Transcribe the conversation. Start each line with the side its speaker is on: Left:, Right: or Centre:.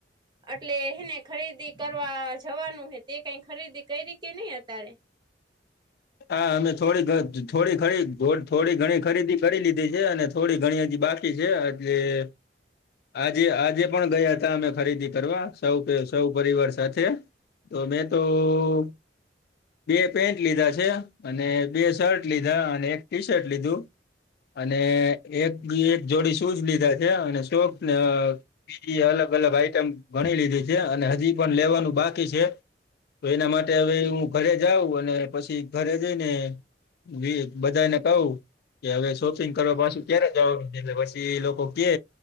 Right: એટલે એને ખરીદી કરવા જવાનું હે તે કઈ ખરીદી કઈ રીતે નઈ અતારે?
Left: હા અમે થોડી થોડી ઘણી થોડી ઘણી ખરીદી કરી લીધી છે અને થોડી ઘણી હજી બાકી છે હજી આજે આજે પણ ગયા હતા અમે ખરીદી કરવા સૌ સૌ પરિવાર સાથે. તો મેં તો <unintelligible> બે પેન્ટ લીધા છે છે અને બે શર્ટ લીધા, અને એક ટી શર્ટ લીધું. અને એક એક જોડી શુંજ લીધા છે અને સોકસને બીજી અલગ અલગ આઈટમ ઘણી લીધી છે. અને હજી પણ લેવાનું બાકી છે. તો એના માટે હવે હું ઘરે જાઉં અને પછી ઘરે જઈને જ <inaudible> બધાને કહું કે હવે શોપિંગ કરવા પાછુ ક્યારે જવાનું છે.? એટલે પછી એ લોકો કે